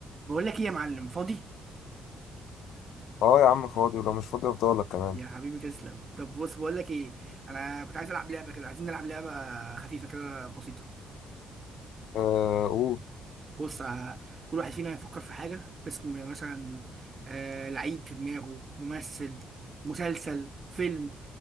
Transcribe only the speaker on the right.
بقول لك ايه يا معلم فاضي
يا حبيبي تسلم طب بص بقول لك ايه انا كنت عايز العب لعبه كده عايزين نلعب لعبه خفيفه كده بسيطه
بص ه- كل واحد فينا يفكر في حاجه اسم مثلا آه لعيب في دماغه ممثل مسلسل فيلم